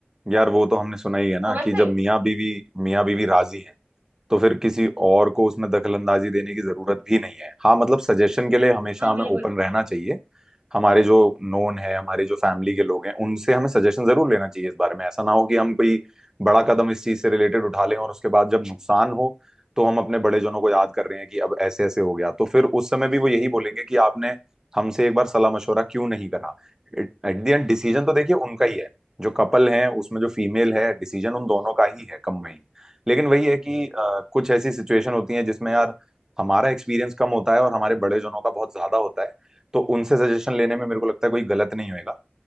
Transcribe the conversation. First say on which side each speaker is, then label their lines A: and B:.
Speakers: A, on the right; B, on the right.
A: यार वो तो हमने सुना ही है ना
B: हाँ, वैसे
A: कि जब मियाँ बीवी मियाँ बीवी राजी हैं तो फिर किसी और को उसमें दखलंदाजी देने की जरूरत भी नहीं है हाँ मतलब सजेशन के लिए हमेशा
B: हाँ
A: हमें
B: बिल्कुल
A: ओपन रहना चाहिए हमारे जो नोन है हमारे जो फैमिली के लोग हैं उनसे हमें सजेशन जरूर लेना चाहिए इस बारे में ऐसा ना हो कि हम कोई बड़ा कदम इस चीज से रिलेटेड उठा लें और उसके बाद जब नुकसान हो तो हम अपने बड़े जनों को याद कर रहे हैं कि अब ऐसे ऐसे हो गया तो फिर उस समय भी वो यही बोलेंगे कि आपने हमसे एक बार सलाह मशवरा क्यों नहीं करा एट द एंड डिसीजन तो देखिए उनका ही है जो कपल है उसमें जो फीमेल है डिसीजन उन दोनों का ही है कंबाइन लेकिन वही है कि अ, कुछ ऐसी सिचुएशन होती है जिसमें यार हमारा एक्सपीरियंस कम होता है और हमारे बड़े जनों का बहुत ज्यादा होता है तो उनसे सजेशन लेने में मेरे को लगता है कोई गलत नहीं होएगा